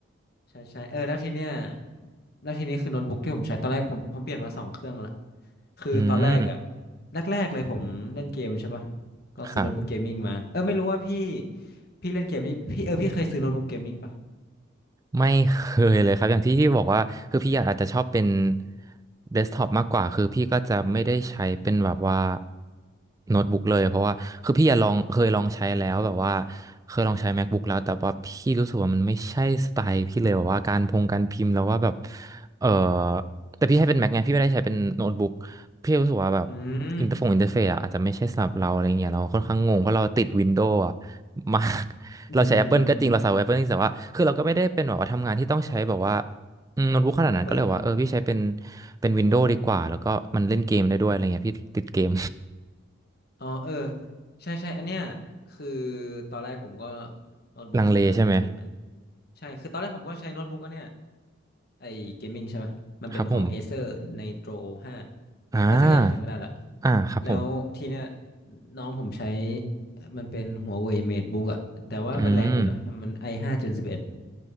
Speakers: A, on the left; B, on the right.
A: ใช่ใช่เออแล้วทีเนี้ยแล้วทีนี้คือโน้ตบุ๊กที่ผมใช้ตอนแรกผมผมเปลี่ยนมาสองเครื่องละคือตอนแรกอะ
B: อืม
A: แรกๆเลยผมเล่นเกมใช่ปะก็ซื้อโน้ตบุ๊กเกมมิ่งมาเออไม่รู้ว่าพี่
B: ครับ
A: พี่เล่นเกมนี้พี่เออพี่เคยซื้อโน้ตบุ๊กเกมมิ่งปะ
B: ไม่เคยเลยครับอย่างที่พี่บอกว่าคือพี่อาจจะชอบเป็นเดสก์ท็อปมากกว่าคือพี่ก็จะไม่ได้ใช้เป็นแบบว่าโน้ตบุ๊กเลยเพราะว่าคือพี่อะลองเคยลองใช้แล้วแบบว่าเคยลองใช้ MacBook แล้วแต่ว่าพี่รู้สึกว่ามันไม่ใช่สไตล์พี่เลยแบบว่าการพงการพิมพ์แล้วว่าแบบเออแต่พี่ใช้เป็น Mac ไงพี่ไม่ได้ใช้เป็นโน้ตบุ๊กพี่รู้สึกว่าแบบ
A: อืม
B: อินเตอร์ฟงอินเตอร์เฟซอะอาจจะไม่ใช่สำหรับเราอะไรเงี้ยเราค่อนข้างงงเพราะเราติดวินโดว์อะมาก
A: อืมอืมอืมอืม
B: เราใช้ Apple ก็จริงเราใช้ Apple จริงแต่ว่าคือเราก็ไม่ได้เป็นแบบว่าทำงานที่ต้องใช้แบบว่าอืมโน้ตบุ๊กขนาดนั้นก็เลยบอกว่าเออพี่ใช้เป็น
A: แอปเปิล
B: เป็น Windows
A: อ๋อ
B: ดีกว่าแล้วก็มันเล่นเกมได้ด้วยอะไรเงี้ยพี่ติดเกม
A: อ๋อเออใช่ใช่อันเนี้ยคือตอนแรกผมก็โน้ตบุ๊กเออโน้ตบุ๊กอัน
B: <laughs> ลังเลใช่ไหม
A: ใช่คือตอนแรกผมก็ใช้โน้ตบุ๊กอันเนี้ย ไอเกมมิ่งใช่ไหมมันเป็นของ
B: ครับผม
A: Acer Nitro 5
B: อ่า
A: อะไรสักอย่างจำไม่ได้ละ
B: อ่าครับผม
A: แล้วทีเนี้ยน้องผมใช้มันเป็น Huawei MateBook อะแต่ว่ามันแรงอยู่นะมัน
B: อืม
A: i5 Gen 11